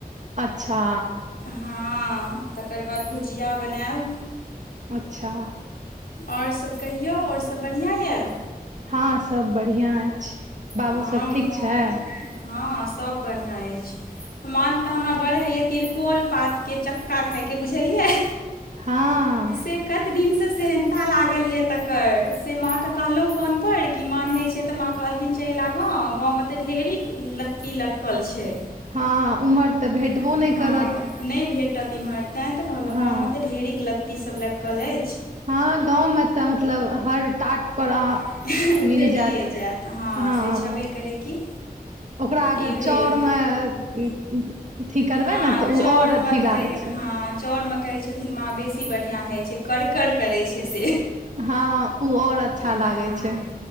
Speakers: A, on the right; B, on the left.
A: अच्छा।
B: हँ तकर बाद भुजिया बनायब।
A: अच्छा!
B: और सब कहियौ और सब बढ़िआँ यऽ।
A: हँ सब बढ़िआँ अछि, बाबू
B: हँ
A: सब ठीक छै।
B: हँ सब बढ़िआँ अछि, मान तऽ हमरा बड़ होइय त्रिकोल पात। के चक्का खायके बुझलियै।
A: हँऽ।
B: से कत दिन सँ सेहनता लागल यऽ तकर, से माँ कहलौं फोन पर कि मन होई छै त माँ कहलखिन चयल आ गाँव में तऽ ढेरी लत्ती लटकल छै।
A: हँ उमहर तऽ भेटबो
B: हँ
A: नै करत।
B: नहि भेटत एम्हर तैं तऽ कहलहुँ,
A: हँ
B: गाँव मे तऽ ढेरिक लत्ती सभ लटकल अछि।
A: हँ गाँवमें तऽ मतलब हर टाट पर आ
B: तऽ
A: मिल
B: भेटिए
A: जायत। हँ
B: से छेबे करै कि
A: ओकरा अगर
B: ई भेल
A: चउर में अथी करबै
B: हँ
A: ने तऽ
B: चाउरमे
A: ऊ और अथी
B: कहै
A: लागै छै।
B: हँ चाउरमे कहै छथिन माँ बेसी बढ़िआँ होइ छै। करकर करै छै से।
A: हां ऊ और अच्छा
B: हँ
A: लागे छै।